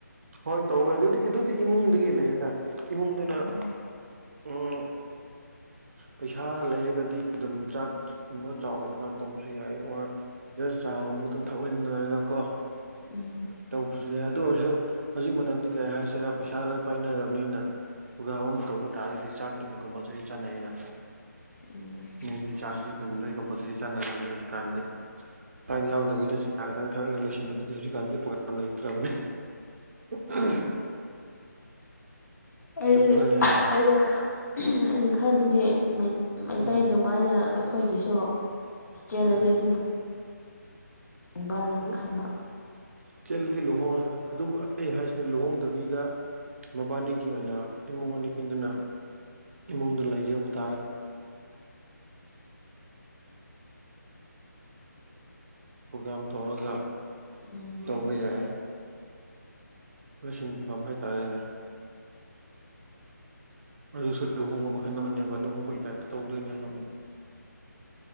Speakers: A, on the right; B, on the left.
A: ꯍꯣꯏ ꯇꯧꯋꯦ ꯑꯗꯨꯗꯤ ꯑꯗꯨꯗꯤ ꯏꯃꯨꯡꯗꯒꯤ ꯂꯩꯔꯦꯗ ꯏꯃꯨꯡꯗꯨꯅ
B: ꯎꯝ
A: ꯎꯝ ꯄꯩꯁꯥ ꯂꯩꯔꯒꯗꯤ ꯑꯗꯨꯝ ꯆꯥꯛ ꯀꯨꯝꯕ ꯆꯥꯎꯅ ꯄ꯭ꯔꯣꯒꯝ ꯇꯧꯕꯁꯨ ꯌꯥꯏ ꯑꯣꯔ ꯖꯁ ꯆꯥꯒꯨꯝꯕ ꯈꯛꯇꯪ ꯊꯛꯃꯤꯟꯅꯔꯒ ꯀꯣ
B: ꯎꯝ
A: ꯇꯧꯕꯁꯨ ꯌꯥꯏ ꯑꯗꯨ ꯑꯣꯏꯔꯁꯨ ꯍꯧꯖꯤꯛ ꯃꯇꯝꯗꯤ ꯀꯔꯤ ꯍꯥꯏꯁꯤꯔꯥ ꯄꯩꯁꯥ ꯂꯣꯏ ꯄꯥꯏꯅꯔꯕꯅꯤꯅ ꯄ꯭ꯔꯣꯒ꯭ꯔꯥꯝ ꯑꯃ ꯇꯧꯕ ꯇꯥꯔꯒꯗꯤ ꯆꯥꯛꯇꯤ ꯑꯗꯨꯝ ꯀꯝꯄꯜꯁꯔꯤ ꯆꯥꯅꯩꯌꯦꯅ
B: ꯎꯝ
A: ꯃꯦꯟꯗꯤ ꯆꯥꯛꯁꯤ ꯇꯝꯗꯣꯏ ꯀꯝꯄꯜꯁꯔꯤ ꯆꯥꯟꯅꯔꯝꯅꯤ ꯍꯧꯖꯤꯛꯀꯥꯟꯗꯤ ꯌꯥꯎꯗꯕꯤꯗ ꯆꯥ ꯈꯛꯇꯪ ꯊꯛꯑꯒ ꯂꯣꯏꯁꯤꯟꯕꯗꯨꯗꯤ ꯍꯧꯖꯤꯛꯀꯥꯟꯗꯤ ꯄ꯭ꯔꯣꯒ꯭ꯔꯥꯝ ꯂꯩꯇ꯭ꯔꯕꯅꯤ ꯑꯍꯥꯝ
B: ꯑꯩ
A: ꯆꯨꯝꯗ꯭ꯔꯣ ꯑꯩꯅ ꯍꯥꯏꯕ
B: ꯑꯩꯅ ꯑꯩꯅ ꯈꯟꯕꯗꯤ ꯃꯩꯇꯩ
A: ꯎꯝ
B: ꯑꯗꯨꯃꯥꯏꯅ ꯑꯩꯈꯣꯏꯒꯤꯁꯨ ꯆꯂꯗꯤ
A: ꯎꯝ
B: ꯑꯗꯨꯝ ꯕ꯭ꯔꯥꯅ
A: ꯎꯝ
B: ꯈꯟꯕ
A: ꯆꯦꯜꯂꯗꯤ ꯂꯨꯍꯣꯡꯉ ꯑꯗꯨꯕꯨ ꯑꯩ ꯍꯥꯏꯁꯤꯅ ꯂꯨꯍꯣꯡꯗꯕꯤꯗ ꯃꯕꯥꯅꯤꯒꯤ ꯑꯣꯏꯅ ꯏꯃꯨꯡ ꯑꯅꯤꯗꯨꯅ ꯏꯃꯨꯡꯗ ꯂꯩꯖꯕ ꯇꯥꯔꯒ ꯄ꯭ꯔꯣꯒꯥꯝ ꯇꯧꯔꯒ
B: ꯎꯝ
A: ꯇꯧꯕ ꯌꯥꯏ ꯂꯧꯁꯤꯡꯕ ꯀꯝ ꯍꯥꯏꯇꯥꯔꯦꯅꯦ ꯑꯗꯨꯁꯨ ꯂꯨꯍꯣꯡꯕ ꯃꯈꯜ ꯑꯃꯅꯦꯕ ꯂꯨꯍꯣꯡꯕꯒꯤ ꯇꯥꯏꯞꯇ ꯇꯧꯗꯣꯏꯅꯦꯕ ꯑꯃꯨꯛ